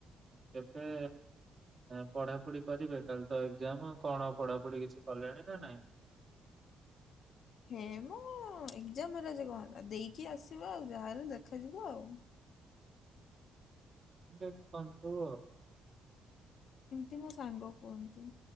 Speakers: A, on the right; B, on the left.
A: କେବେ ପଢାପଢି କରିବେ କାଲି ତ ଏକ୍ଜାମ କଣ ପଢାପଢି କିଛି କଲେଣି ନା ନାଇଁ।
B: ହେ ମୋ ଏଗଜାମ ହେଲା ଯେ କଣ ହେଲା ଦେଇକି ଆସିବା ଆଉ ଯାହାହେଲେ ଦେଖାଯିବ ଆଉ।
A: ଦେଖନ୍ତୁ।
B: ଏମିତି ମୋ ସାଙ୍ଗ କୁହନ୍ତି